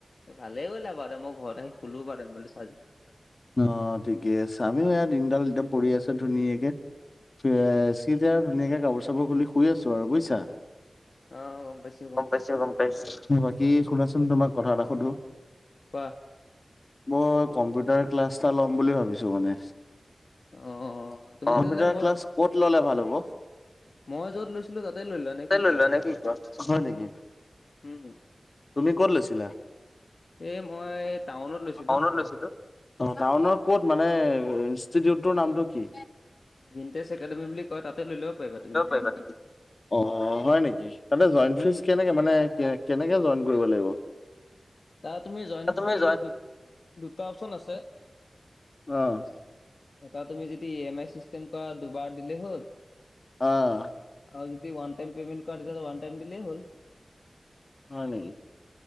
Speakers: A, on the left; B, on the left.
A: ভালে কৰিলা বাৰু দে মই ঘৰত আহি শুলো বাৰু দে মোবাইলটো চাৰ্জ দি।
B: অ', ঠিকে আামিও এয়া দিনডাল একদম পৰি আছো ধুনীয়াকে এ
A: উম
B: তেতিয়া আৰু ধুনীয়াকে কাপোৰ চাপোৰ খুলি শুই আছো আৰু বুজিছা।
A: অ গম পাইছো
B: গম পাইছো গম পাইছ বাকী শুনাচোন তোমাক কথা এটা সুধো।
A: কোৱা।
B: মই কম্পিউটাৰ ক্লাছ এটা ল'ম বুলি ভাবিছো মানে।
A: অ তুমি
B: কম্পিউটাৰ
A: তেতিয়াহ'লে মই
B: ক্লাছ ক'ত ল'লে ভাল হ'ব?
A: মই য'ত লৈছিলো তাতে লোৱা। নে
B: লৈ
A: কি কোৱা
B: লোৱা নে কি কোৱা হয় নেকি,
A: উম
B: তুমি ক'ত লৈছিলা?
A: এ মই টাউনত লৈছো।
B: টাউনত লৈছিলো। অ', টাউনৰ ক'ত মানে ইনষ্টিটিউটৰ নামটো কি?
A: ভিনটেজ একাডেমি বুলি কয় তাতে লৈ ল'ব পাৰিবা তুমি।
B: <inaudible> অ', হয় নেকি তাতে জই
A: উম
B: ফ্ৰিজ কেনেকে মানে কেনেকে জইন কৰিব লাগিব?
A: তাৰ তুমি জইণ্ট
B: তুমি
A: ফি
B: জইন
A: দুটা অপশচন আছে।
B: অ'।
A: এটা তুমি যদি ই এম আই চিষ্টেম কৰা দুবাৰ দিলে হ'ল।
B: অ'।
A: আৰু যদি ওৱান টাইম পেমেণ্ট কৰা তেতিয়া হ'লে ওৱান টাইম দিলে হ'ল।
B: হয় নেকি?